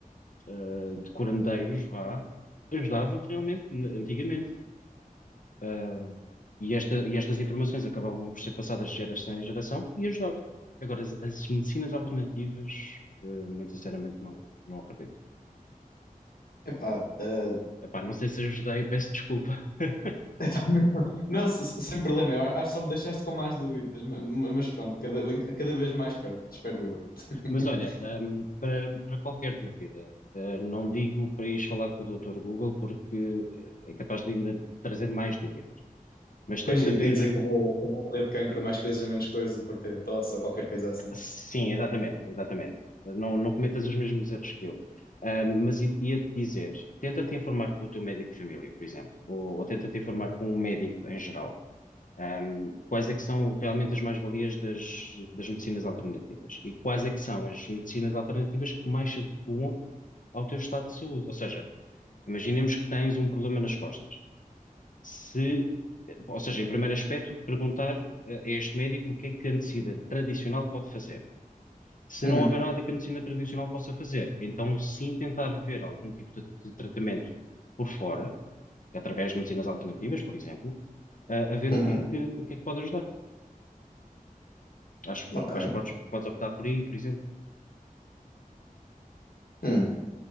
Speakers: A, on the left; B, on the left.
A: ah, de curandeiros, vá, ajudavam realmente n- antigamente. Ah, e, esta, e estas informações acabavam por ser passadas de geração em geração e ajudava. Agora, as, as medicinas alternativas, ah, muito sinceramente, não, não acredito.
B: Epá, ah,
A: Epá, não sei se ajudei, peço desculpa. <laughs>
B: Epá, Não, se- se- sem problema, eu acho que só me deixaste com mais dúvidas, ma- ma- mas pronto, cada, cada vez mais perto, espero eu. <laughs>
A: Mas olha, ahm, para, para qualquer dúvida, ah, não digo para ires falar com o Dr. Google porque eh, é capaz de ainda trazer mais dúvidas. Mas tenta
B: Pois, e,
A: ver.
B: e dizer que eu vou, que eu vou morrer de cancro mais coisa menos coisa por ter tosse ou qualquer coisa assim.
A: Sim, exatamente, exatamente. Não, não cometas os mesmos erros que eu. Ahm, mas i- ia-te dizer, tenta-te informar com o teu médico de família, por exemplo, ou, ou tenta-te informar com um médico em geral. Ahm, quais é que são realmente as mais-valias das, das medicinas alternativas? E quais é que são as medicinas alternativas que mais se adequam ao teu estado de saúde. Ou seja, imaginemos que tens um problema nas costas. Se, ou seja, em primeiro aspecto, perguntar eh, a este médico o que é que a medicina tradicional pode fazer. Se
B: Uhum,
A: não houver nada que a medicina tradicional possa fazer, então sim tentar ver algum tipo de, de tratamento por fora, através de medicinas alternativas, por exemplo, a, a ver
B: uhum,
A: o que é que, o que é que pode ajudar. Acho,
B: ok.
A: acho que podes, podes optar por aí, por exemplo.
B: Hum.